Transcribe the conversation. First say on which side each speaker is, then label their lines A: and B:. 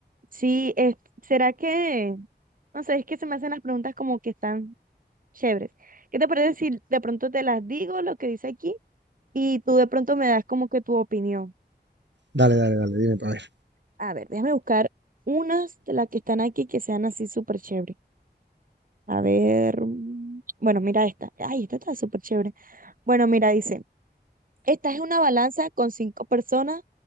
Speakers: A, on the right; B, on the right.
A: sí, es- ¿será que, no sé, es que se me hacen las preguntas como que están chéveres. ¿Qué te parece si de pronto te las digo lo que dice aquí y tú de pronto me das como que tu opinión?
B: Dale, dale, dale, dime para ver.
A: A ver, déjame buscar unas de las que están aquí que sean así súper chéveres. A ver, mm, bueno, mira esta. Ay, esta está súper chévere. Bueno, mira, dice, esta es una balanza con cinco personas